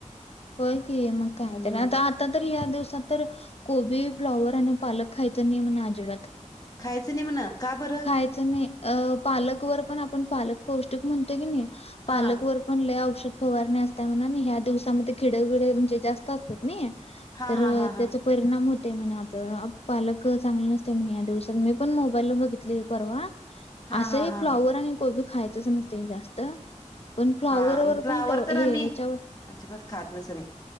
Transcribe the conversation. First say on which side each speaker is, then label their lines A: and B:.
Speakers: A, on the left; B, on the left.
A: हो की मग कायतर
B: हम्म
A: आता, आता तर या दिवसात तर कोबी, फ्लाॉवर आणि पालक खायचं नाही म्हण आजिबात
B: खायचं नाही म्हण का बरं
A: खायचं नाही अ पालकवर पण आपण पालक पौष्टिक म्हणतोय क नाही
B: हा
A: पालक वर पण लई औषध फवारणी असतय म्हण ह्या दिवसामध्ये किडे, बिडे म्हणजे जास्त अस तात नाई
B: हा
A: तर
B: हा हा हा
A: त्याच परिणाम होतय म्हणे आपल्यावर पालक चांगल नसते म्हणे या दिवसात मी मी पण मोबाईलला बघितले हे परवा
B: हा
A: असही
B: हा हा
A: फ्लॉवर
B: हा
A: आणि कोबी खायचंच नसत ते जास्त पण फ्लॉवरवर
B: हा फ्लावर
A: पण हे
B: तर आम्ही
A: ह्याच्यावर
B: अजिबात खातच नाही